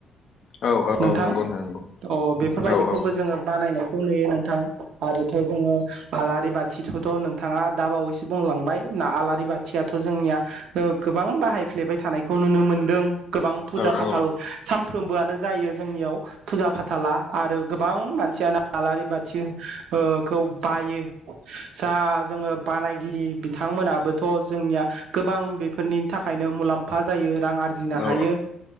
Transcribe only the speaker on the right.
नोंथां
अ बेफोरबायदिखौबो
जोङो बानायनाय खौ नुयो नोंथां आरोथ' जोङो आलारि बाथिथथ' नोंथाङा दा बावैसो बुंलांबाय ना आलारि बाथियाथ' जोंनिया ओ गोबां बाहायफ्लेबाय थानायखौ नुनो मोनदों गोबां फुजा
फाथाल सानफ्रोमबोआनो जायो जोंनियाव फुजा फाथाला आरो गोबां मानसियानो आलारि बाथि ओ खौ बायो जा जोङो बानायगिरि बिथांमोनाबोथ' जोंनिया गोबां बेफोरनि थाखायनो मुलाम्फा जायो राङारि जिनो
हायो